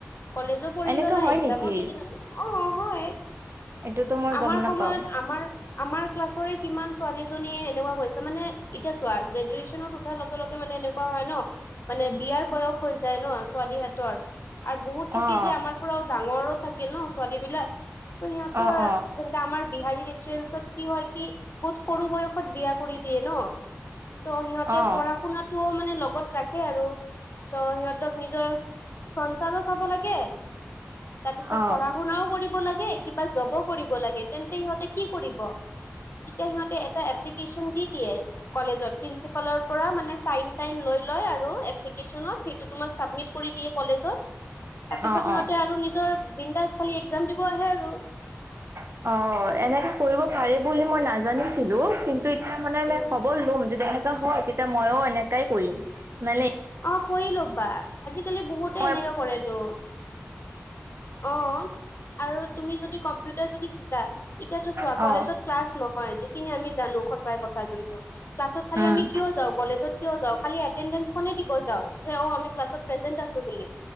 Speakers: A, on the left (about 50°); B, on the right (about 55°).
A: কলেজো পঢ়ি
B: এনেকা
A: ল'লা,
B: হয়
A: একজামো
B: নেকি
A: দি দিলা। অ, হয়।
B: এইটোতো মই
A: আমাৰ
B: গম নাপাও
A: সময়ত আমাৰ আমাৰ ক্লাছৰে কিমান ছোৱালীজনীয়ে সেনেকুৱা কৰিছে। মানে এতিয়া চোৱা, গ্ৰেজুৱেচনত <unintelligible> লগে লগে মানে এনেকুৱা হয় ন, মানে বিয়াৰ বয়স হৈ যায় ন ছোৱালীহেতৰ। আৰু বহুত থাকে
B: অ',
A: যে আমাৰ পুৰাও ডাঙৰো থাকে ন ছোৱালী বিলাক। ত' সিহঁতৰ
B: অ', অ',
A: তেন্তে আমাৰ বিহাৰী ৰিচুৱেলছত কি হয় কি? বহুত সৰু বয়সত বিয়া কৰি দিয়ে ন। ত' সিহঁতে
B: অ',
A: পঢ়া শুনাটোও মানে লগত ৰাখে আৰু। ত' সিহঁতক নিজৰ সঞ্চাৰো চাব লাগে, তাৰপিছত
B: অ',
A: পঢ়া পঢ়া শুনাও কৰিব লাগে, কিবা জব কৰিব লাগে। তেন্তে সিহঁতে কি কৰিব? তেতিয়া সিহঁতে এটা এপ্লিকেশন দি দিয়ে কলেজত প্ৰিন্সি পালৰ পৰা মানে চাইন টাইন লৈ লয় আৰু এপ সিতু তোমাৰ চাবমিত কৰি দিয়ে কলেজত। তাপিছত
B: অ',
A: সিহঁতে
B: অ',
A: আৰু নিজৰ বিনদাচ খালি একজাম দিব আহে আৰু।
B: অ, এনেকে কৰিব পাৰে বুলি মই নাজানিছিলো। কিন্তু এ--য়া মানেনে
A: উম
B: খবৰ ল'ম, যেতিয়া হেত' হয় তেতিয়া মইও এনেকাই কৰিম। <unintelligible>
A: অ কৰি ল'বা। আজিকালি বহুতে
B: মই
A: এনেকা কৰে ত'। অ, আৰু তুমি যদি কম্পিউটাৰ যদি শিকা এতিয়াতো চোৱা
B: অ
A: কলেজত
B: অ
A: ক্লাছ নহয়, যিখিনি আমি জানো সচাই কথা যোনটো। ক্লাছত খালি
B: উম
A: আমি কিয় যাওঁ? কলেজত কিয় যাওঁ? খালী এতেন্ডেচ খনে দিব যাও, যে অ আমি ক্লাছত প্ৰেজেন্ট আছো বুলি।